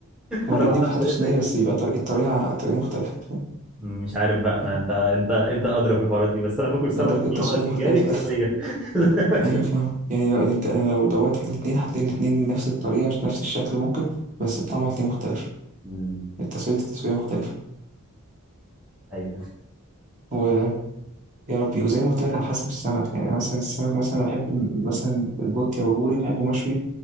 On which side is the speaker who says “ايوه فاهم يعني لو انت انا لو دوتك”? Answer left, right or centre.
Right